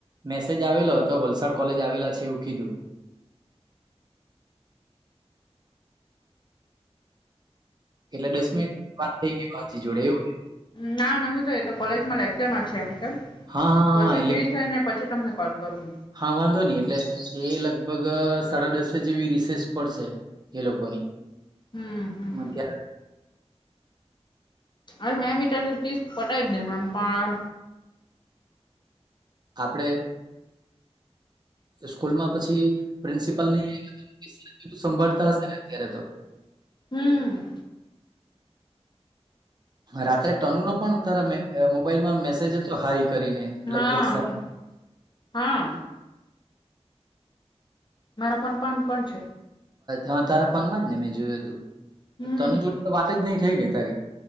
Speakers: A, on the right; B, on the left.
A: મેસેજ આવેલો હતો વલસાડ કોલેજ આવેલાં છે એવું કીધું એટલે દસ મિનિટ વાત થઈ ગઈ વાજી જોડે એવું ને
B: ના નહીં થ‌ઈ એ તો કોલેજમાં લેક્ચરમાં છે એમ કે
A: હા, હા,
B: પછી
A: હા, એટલે
B: ફ્રી થ‌ઈને પછી તમને કોલ કરું
A: હા વાંધો નહીં એટલે એ લગભગ સાડા દસ જેવી રિસેસ પડશે એ લોકોની
B: હમ હમ
A: અત્યાર
B: અરે મે એમ વિચારતી હતી પટાવી જ દે એમ પણ
A: આપડે સ્કૂલમાં પછી પ્રિન્સિપલ ને એ રિતે મુકેશ સાહેબ ને સંભાળતા હશે ને અત્યારે તો
B: હમ
A: રાત્રે તનુ નો પણ તારાં મોબાઈલ માં મેસેજ હતો હાઈ કરીને
B: હા
A: લગભગ સા
B: મારામાં મેસેજ હતો મારા ફોન માં પણ છે.
A: હા તારા ફોનમાં જ ને મેં જોયું હતું ને
B: હમ
A: તનું જોડ તો વાત જ નહીં થઈ ને તારી